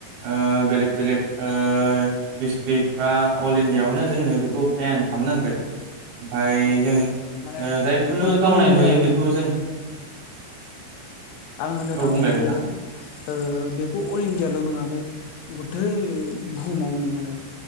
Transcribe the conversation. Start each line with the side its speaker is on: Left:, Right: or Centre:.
Right: ओ बेलेक बेलेक ओ डिस्ट्रिक्ट बा अल इण्डियाआवनो जोङो बेखौ बेन खालामनांगोन । ओमफ्राय
Left: औ
Right: जों
Left: माने
Right: जायखौनो
Left: बेखौ
Right: गावनाय
Left: अल इण्डिया
Right: नुयो बेखौ जों
Left: आं होननो
Right: औ
Left: थांदों
Right: बुंलाय नोंथां
Left: जे ओ बेखौ अल इण्डियाल' नङा बे गुथै बुहुमावनि माने